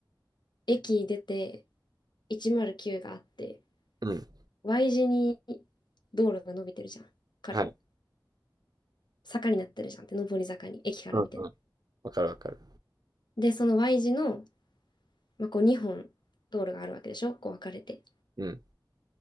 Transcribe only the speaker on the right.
うん。
はい。
うん、うん。わかるわかる。
うん、